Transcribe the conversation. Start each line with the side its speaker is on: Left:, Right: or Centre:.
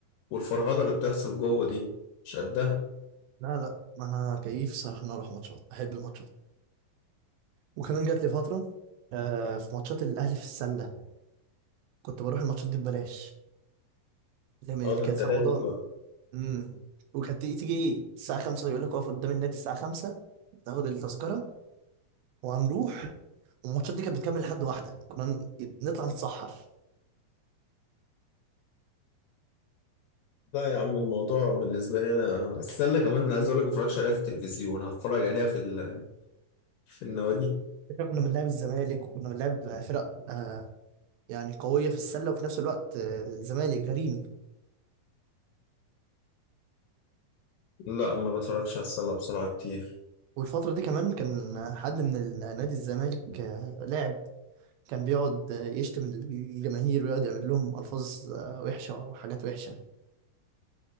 Left: والفرهده اللي بتحصل جوه دي مش قدها
Right: لا لا انا كيف صراحة ان أنا اروح ماتشات بحب الماتشات وكمان جات لي فترة آه، في ماتشات الاهلي في السلة كنت بروح الماتشات دي ببلاش اللي هي
Left: اه
Right: اللي
Left: ده
Right: كانت
Left: انت
Right: في
Left: رايق
Right: رمضان
Left: بقى
Right: امم وكانت تيجي تيجي الساعة 5 يقول لك اقف قدام النادي الساعة 5 تاخد التذكرة وهنروح والماتشات دي كانت بتكمل لحد واحدة كنا ن- نطلع نتسحر
Left: لا يا عم الموضوع بالنسبه لي انا السله كمان انا عايز اقول لك ما بتفرجش عليها في التلفزيون هتفرج عليها في ال... في النوادي
Right: فكرة كنا بنلعب الزمالك وكنا بنلعب فرق آه يعني قوية في السلة وفي نفس الوقت آه زمالك غريمي
Left: لا ما بتفرجش على السله بسرعه كتير
Right: والفترة دي كمان كان حد من ال- نادي الزمالك آه لاعب كان بيقعد آه، يشتم الجماهير ويقعد يعمل لهم ألفاظ آه وحشة وحاجات وحشة